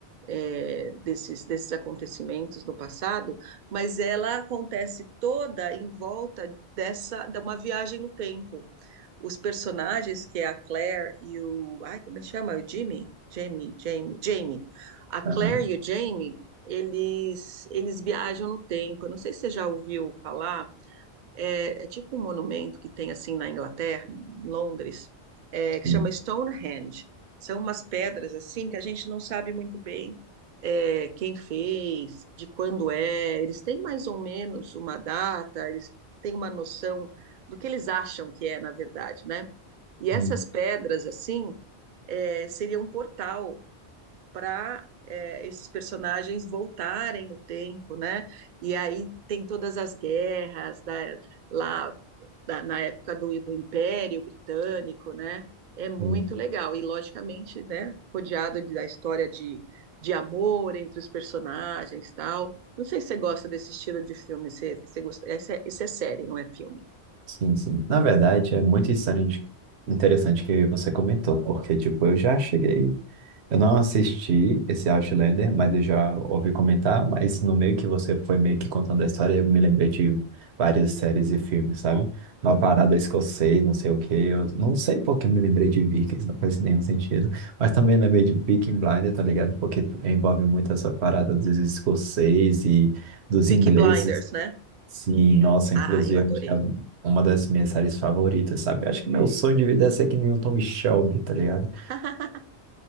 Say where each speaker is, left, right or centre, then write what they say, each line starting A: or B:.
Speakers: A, on the right; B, on the right.
A: é, desses, desses acontecimentos no passado, mas ela acontece toda em volta dessa de uma viagem no tempo. Os personagens, que é a Claire e o. Ai, como ele chama? O Jimmy? Jamie, Jamie, Jamie. A Claire
B: aham,
A: e o Jamie, eles, eles viajam no tempo. Eu não sei se você já ouviu falar é, é tipo um monumento que tem assim na Inglaterra, em Londres, é, que
B: sim.
A: chama Stonehenge. São umas pedras assim que a gente não sabe muito bem é, quem fez, de quando é. Eles têm mais ou menos uma data, eles têm uma noção do que eles acham que é, na verdade, né? E essas
B: Hum,
A: pedras assim é, seria um portal para é, esses personagens voltarem no tempo, né? E aí tem todas as guerras da- lá da- na época do, do Império Britânico, né? É muito
B: hum,
A: legal. E, logicamente, né, rodeado de- da história de, de amor entre os personagens tal. Não sei se você gosta desse estilo de filme. Se, se gosta, essa, é- isso é série, não é filme.
B: Sim, sim. Na verdade, é muito insano, interessante que você comentou, porque, tipo, eu já cheguei. Eu não assisti esse Outlander, mas eu já ouvi comentar, mas no meio que você foi meio que contando a história, eu me lembrei de várias séries e filmes, sabe? Uma parada escocês, não sei o quê, eu não sei porque eu me lembrei de Vikings, não faz nenhum sentido, mas também lembrei de Peaky Blinders, tá ligado? Porque envolve muito essa parada dos escoceses e dos ingleses.
A: Peaky Blinders, né?
B: Sim, nossa,
A: Ah,
B: inclusive
A: eu adorei.
B: acho que é uma das minhas séries favoritas, sabe? Acho que meu sonho de vida é ser que nem o Tom Shelby, tá ligado?
A: <laughs>